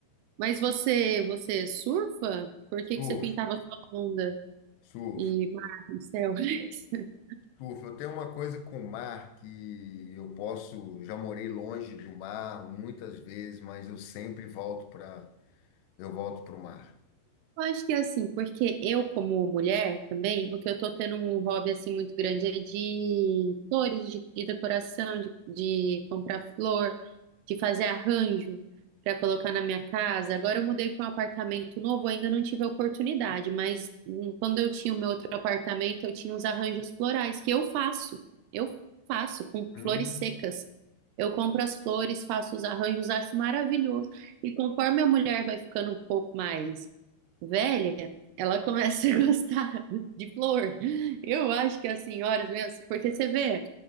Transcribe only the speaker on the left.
Surfo,
surfo,
surfo. Eu tenho uma coisa com o mar que eu posso, já morei longe do mar muitas vezes, mas eu sempre volto para, eu volto para o mar.
Hum.